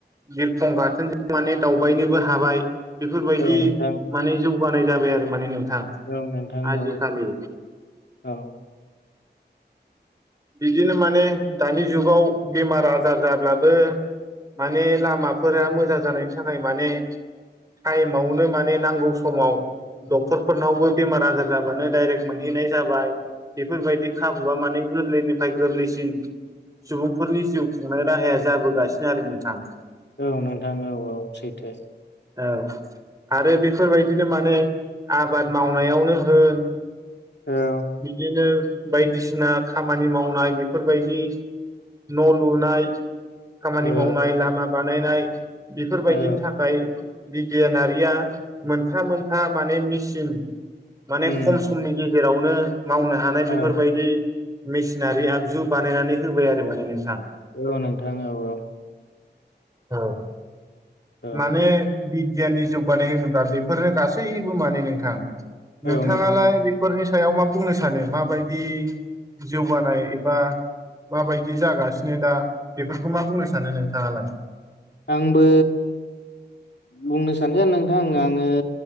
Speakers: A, on the right; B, on the left.
A: बिरखं गाथोनजों माने दावबायनोबो हाबाय बेफोरबायदि
B: औ नोंथां
A: माने जौगानाय जाबाय आरो माने नोंथां
B: औ नोंथां
A: आजिखालि
B: औ औ <inaudible>
A: बिदिनो माने दानि जुगाव बेमार आजार जाब्लाबो माने लामाफोरा मोजां जानायनि थाखाय माने टाइमावनो माने नांगौ समाव डक्टरफोरनावबो बेमार आजार जाबानो डाइरेक्ट मोनहैनाय जाबाय बेफोरबायदि खाबुआ माने गोरलैनि नाथाय गोरलैसिन सुबुंफोरनि जिउ खुंनाय राहाया जाबोगासिनो आरो नोंथां
B: औ नोंथां औ-औ सैथो
A: औ आरो बेफोरबायदिनो माने आबाद मावनायावनो होन
B: औ
A: बिदिनो बायदिसिना खामानि मावनाय बेफोरबायदि न' लुनाय खामानि
B: औ
A: मावनाय लामा बानायनाय बेफोरबायदिनि
B: औ
A: थाखाय बिगियानारिया मोनफा मोनफा माने मेसिन माने
B: उम
A: खम समनि गेज जेरावनो मावनो हानाय
B: औ
A: बेफोरबायदि मेसिनारि आगजु बानायनानै होबाय आरो माने नोंथां
B: औ नोंथां औ-औ
A: औ
B: औ
A: माने बिगियाननि जौगानाय होनोब्ला बेफोरनो गासैबो माने नोंथां
B: औ
A: नोंथाङालाय
B: नोंथां औ
A: बे फोरनि सायाव मा बुंनो सानो माबायदि जौगानाय एबा माबायदि जागासिनो दा बेफोरखौ मा बुंनो सानो नोंथाङालाय
B: आंबो बुंनो सानगोन नोंथां आङो